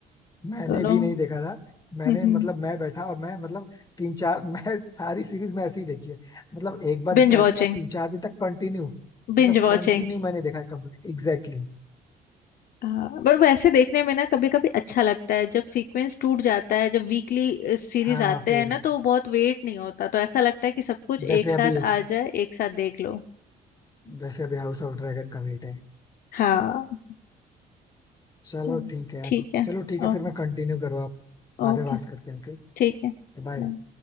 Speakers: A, on the left; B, on the left.
A: मैंने
B: दोनों
A: भी नहीं देखा था मैंने
B: <laughs>
A: मतलब मैं बैठा और मैं मतलब तीन चार <laughs> मैं सारी सीरीज मैं ऐसे ही देखी है मतलब एक बार
B: Binge
A: स्टार्ट
B: watching
A: किया तीन चार दिन तक कंटिन्यू
B: Binge
A: मतलब
B: watching
A: कंटिन्यू मैंने देखा है कंप्लीट एग्जैक्टली
B: <laughs> पर वैसे देखने में ना कभी कभी अच्छा लगता है जब सीक्वेंस टूट जाता है जब वीकली सीरीज
A: हाँ
B: आते
A: फिर
B: हैं ना तो वो बहुत वेट नहीं होता तो ऐसा लगता है कि सब कुछ
A: जैसे
B: एक साथ
A: अभी
B: आ जाए एक साथ देख लो
A: जैसे अभी हाउस ऑफ ड्रैगन का वेट है
B: हाँ
A: चलो
B: चलो
A: ठीक है यार
B: ठीक है
A: चलो ठीक है
B: ओके
A: फिर मैं कंटिन्यू करूँ आप बाद
B: ओके
A: में बात करते हैं ओके
B: ठीक है
A: बाय
B: Bye.